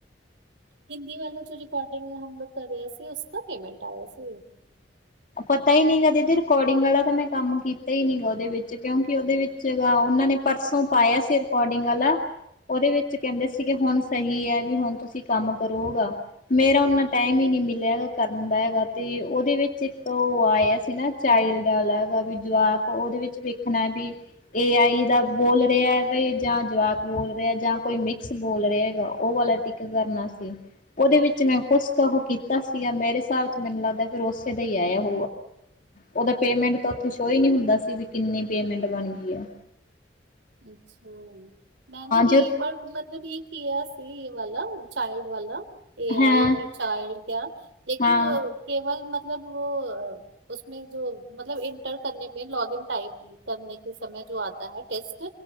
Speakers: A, on the right; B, on the left.
A: ਹਿੰਦੀ ਵਾਲਾ ਜੋ ਰਿਕੋਡਿੰਗ ਹਮ ਲੋਕ ਕਰ ਰਿਹਾ ਸੀ ਉਸ ਪੇਮੈਂਟ ਆਇਆ ਸੀ
B: ਪਤਾ ਈ ਨੀ ਐਦੀ ਰਿਕਾਰਡਿੰਗ ਆਲਾ ਤਾ ਮੇ, ਕੰਮ ਕੀਤਾ ਹੀ ਨੀ ਗਾ ਉਹਦੇ ਵਿੱਚ ਕਿਉਂਕਿ ਉਹਦੇ ਵਿੱਚ ਗਾ ਉਹਨਾਂ ਨੇ ਪਰਸੋਂ ਪਾਇਆ ਸੀ ਰਿਕੋਡਿੰਗ ਆਲਾ ਉਹਦੇ ਵਿੱਚ ਕਹਿੰਦੇ ਸੀਗੇ ਹੁਣ ਸਹੀ ਹੈ ਵੀ ਹੁਣ ਤੁਸੀਂ ਕੰਮ ਕਰੋਗਾ ਮੇਰਾ ਨਾ ਟਾਈਮ ਹੀ ਨਹੀਂ ਮਿਲਿਆ ਹੈਗਾ ਕਰਨ ਦਾ ਹੈਗਾ ਤੇ ਉਹਦੇ ਵਿੱਚ ਤੋਂ ਉਹ ਆਇਆ ਸੀ ਨਾ ਚਾਈਲਡ ਅਲਗ ਵੀ ਜਵਾਕ ਉਹਦੇ ਵਿੱਚ ਵੇਖਣਾ ਵੀ ਏ ਆਈ ਦਾ ਬੋਲ ਰਿਹਾ ਬ ਜਾਂ ਜਵਾਕ ਬੋਲ ਰਿਹਾ ਜਾਂ ਕੋਈ ਮਿਕਸ ਬੋਲ ਰਿਹਾ ਹੈਗਾ ਉਹ ਵਾਲਾ ਟਿੱਕ ਕਰਨਾ ਸੀ। ਉਹਦੇ ਵਿੱਚ ਮੈਂ ਕੁਛ ਕੁ ਕੀਤਾ ਸੀਗਾ ਮੇਰੇ ਹਿਸਾਬ ਚ ਮੈਨੂੰ ਲੱਗਦਾ ਫਿਰ ਉਸੇ ਦਾ ਹੀ ਆਇਆ। ਪਟ ਉਹਦਾ ਪੇਮੈਂਟ ਤਾਂ ਉਓਥੇ ਸੋ ਹੀ ਨੀ ਹੁੰਦਾ ਸੀ ਵੀ ਕਿੰਨੀ ਪੇਮੈਂਟ ਬਣ ਗਈ ਆ।
A: ਅੱਛਾ, ਮੈਂ ਵੀ ਬੀ
B: ਜੋ
A: ਏ ਮਤਲਬ ਇਹ ਕੀਆ, ਇਹ ਵਾਲਾ ਚਾਈਲਡ ਵਾਲਾ ਏ
B: ਹਾਂ
A: ਆਈ ਕੀ ਚਾਈਲਡ ਕਿਆ ਲੇਕਿ
B: ਹਾਂ
A: ਕੇਵਲ ਮਤਲਬ ਮਤਲਬ ਉਹ ਉਸਮੇ ਜੋ ਮਤਲਬ ਇੰਟਰ ਕਰਨ ਮੈਂ ਲੌਗ ਇਨ ਟਾਈਪ ਕਰਨ ਕੇ ਸਮੇ ਜੋ ਆਤਾ ਹੈ, ਟੈਸਟ